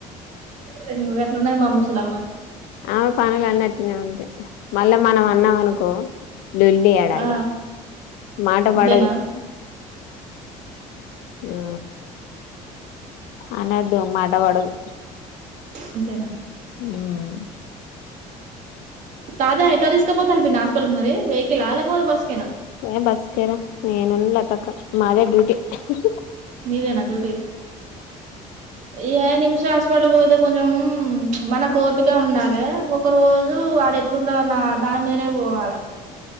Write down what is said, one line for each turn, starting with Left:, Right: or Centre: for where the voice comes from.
Right: రెన్ గట్ల ఉన్నది మా ముసలమ్మది
Left: ఆమె పనలు అన్ని అట్టనే ఉంటాయ్ మ అళ మనం అన్నాం అనుకో లొల్లి ఆడ
Right: ఆ
Left: ఇగా మాట
Right: అంతేనా
Left: పడదు ఉ అనదు మాట పడదు
Right: అంతేనా
Left: ఉమ్
Right: తాత ఎట్లా తీసుకపోతాలి పిన్ని హాస్పిటల్ కి మరి వెహికకిల్ లేకపోతే బస్సు
Left: ఏ బస్కేరా నేను లతక్క మాదే డ్యూటీ హ్ హిహి
Right: నీదేనా డ్యూటీ యానిమ్ శాశ్ హాస్పిటల్ పోతే కొంచెం చ్ మనకి ఓపిక ఉండాలె ఒక రోజు వాడ ఎట్లుంటున్నాడో ఆ దాని మీదనే పోవాలె